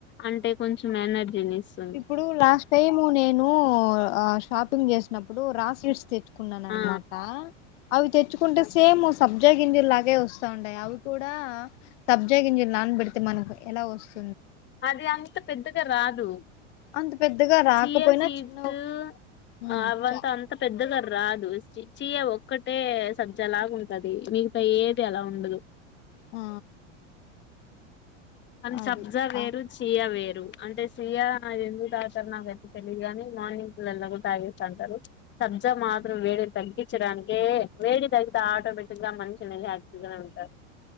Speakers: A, on the left (about 30°); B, on the left (about 70°).
A: అంటే కొంచెం ఎనర్జీనిస్
B: ఇప్పుడు లాస్ట్ టైము నెన్ నువ్వూ ఆ షాపింగ్ చేసినప్పుడు రా సీడ్స్ తెచ్చు కున్నా అనమాట
A: ఆ
B: అవి తెచ్చుకుంటే సేమ్ వ సబ్జా గింజ ల్లాగే వస్తా ఉంటాయి అవి కూడా సబ్జా గింజలు నానబెడితే మనకు ఎలా వస్త
A: అది అంత పెద్దగా రాదు
B: అంత పెద్దగా రాకపోయినా
A: చీయ సీడ్స్
B: చిన్న ఉమ్
A: అవంతా
B: చ
A: అంత పెద్దగా రాదు చీయ ఒక్కటే సబ్జి అలాగ ఉంటది మిగతా ఏది అలా ఉండదు
B: ఆ
A: అని
B: అది
A: సబ్ ది వేరు
B: ఆ
A: చియా వేరు అంటే సియ ఎందుకు తాగుతారొ నాకు అంత తెలియదు గాని మార్నింగ్గ్స్ఎలాగొ తాగెస్తాంటారు సబ్జా మాత్రం వేడి తగ్గించడానికే వేడి తగ్గితే ఆటోమేటిక్ గా మనిషిని యాక్టివ్ గానే ఉంటారు